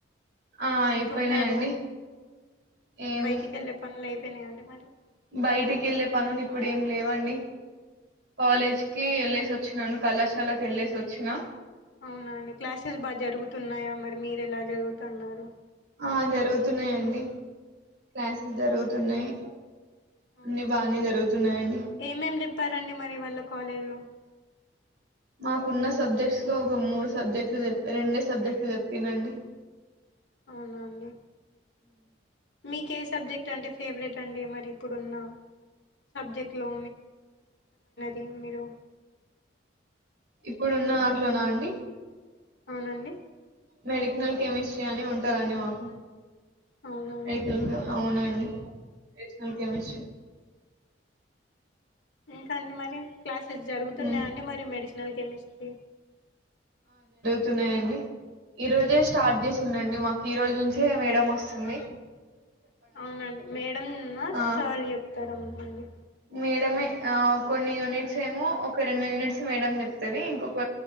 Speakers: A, on the right (about 70°); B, on the left (about 75°).
A: ఆ అయిపోయినయి
B: ఉంటారు
A: అండి ఏం
B: బయటికి వెళ్ళే పనులు అయిపోయినాయండి మరి
A: బయటికి వెళ్ళే పనులు ఇప్పుడు ఏం లేవండి కాలేజీకి వెళ్ళేసి వచ్చినాను కళాశాలకి వెళ్ళేసి వచ్చినా
B: అవున అండి క్లాసెస్ బాగా జరుగుతున్నాయా మరి మీరు ఎలా చదువుతున్నారు
A: ఆ జరుగుతున్నాయి అండి క్లాసెస్ జరుగుతున్నాయి
B: అవున
A: అన్ని
B: అండి
A: బాగానే జరుగుతున్నాయండి
B: ఏమేమి చెప్పారండి మరి ఇవాళ కాలేజీలో
A: మాకున్న సబ్జెక్ట్స్ లో ఒక మూడు సబ్జెక్టులు చెప్ప్ రెండే సబ్జెక్టులు చెప్పిరు అండి
B: అవున అండి మీకే సబ్జెక్ట్ అంటే ఫేవరెట్ అండి మరి ఇప్పుడున్న సబ్జెక్ట్ లో ది మీరు
A: ఇప్పుడున్న దాంట్లోనా అండి
B: అవునండి
A: మెడికల్ కెమిస్ట్రీ అని ఉంటది అండి మాకు
B: అవునండి
A: మెడికల్గా అవునండి మెడిసినల్ కెమిస్ట్రీ
B: ఇంకా అండి మరి క్లాసెస్ జరుగుతున్నాయండి
A: హ్మ్.
B: మరి మెడిసినల్ కెమిస్ట్రీ
A: తున్నాయండి ఈ రోజే స్టార్ట్ చేసింది అండి మాకు ఈ రోజు నుంచే మేడం వస్తుంది
B: అవున అండి మేడం నా
A: ఆ!
B: సార్ చెప్తారా మండి
A: మేడమే అ కొన్ని యూనిట్స్ ఏమో ఒక రెండు యూనిట్స్ మేడం చెప్తాది ఇంకొక